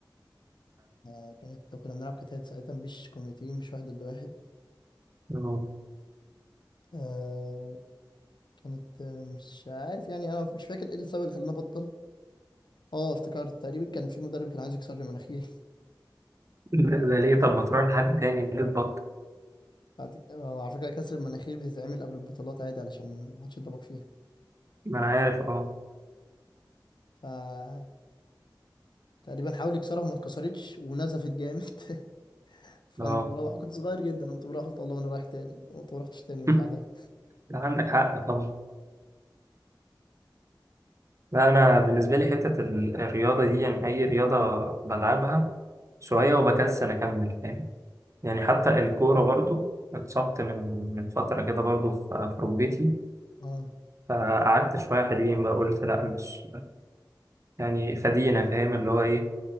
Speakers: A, on the left; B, on the right.
A: آه كانت كنا بنلعب كتات ساعتها مش كوميتي مش واحد ضد واحد
B: اه
A: آه كانت آه، مش عارف يعني أنا مش فاكر إيه السبب اللي خلاني أبطل اه افتكرت تقريبا كان في مدرب كان عايز يكسر لي مناخيري
B: ده ده ليه طب ما تروح لحد تاني ليه تبطل
A: بعد- آه، على فكرة كسر المناخير بتتعمل قبل البطولات عادي علشان محدش يضربك فيها
B: ما انا عارف اه
A: ف تقريبا حاول يكسرها وما اتكسرتش ونزفت جامد <laughs> فقمت
B: اه
A: مروح كنت صغير جدا قمت مروح قلت والله انا رايح تاني قمت ما رحتش تاني من
B: <laughs>
A: بعدها
B: لا عندك حق طبعا لا انا بالنسبه لي حته ال- الرياضه دي يعني اي رياضه بلعبها شويه وبكسل اكمل فاهم يعني حتى الكوره برضو اتصبت من من فتره كده برضو في في ركبتي
A: اه
B: فقعدت شويه حلوين بقى قلت لا مش يعني فدينا فاهم اللي هو ايه